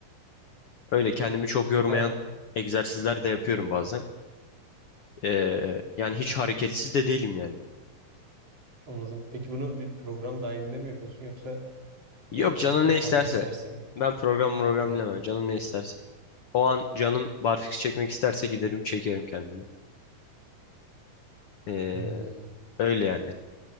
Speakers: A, on the left; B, on the right.
A: Öyle kendimi çok yormayan
B: Ha,
A: egzersizler de yapıyorum bazen. Ee, yani hiç hareketsiz de değilim yani.
B: anladım. Peki bunu bir program dahilinde mi yapıyorsun yoksa
A: Yok
B: eee, öyle
A: canım
B: kafana
A: ne isterse.
B: eserse mi?
A: Ben program program
B: Hmm.
A: dinlemem. Canım ne isterse. O an canım barfiks çekmek isterse giderim çekerim kendimi. Ee,
B: Hmm.
A: öyle yani.